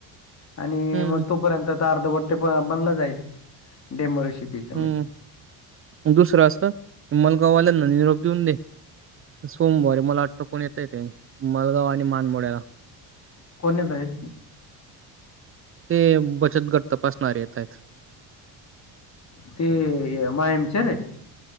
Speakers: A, on the left (about 40°); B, on the right (about 30°).
A: आणि
B: हं,
A: मग तोपर्यंत तर अर्धवट्टे बनला जाईल डेमो रेशिपीत.
B: ह.. दुसरं असं हिमलगाववाल्यांना निरोप देऊन दे. सोमवारी मला वाटतं कोण येतंय काय मलगाव आणि मानमोड्याला.
A: कोण येत आहे?
B: ते बचतगट तपासणारे येत आहेत.
A: ते मायमच रे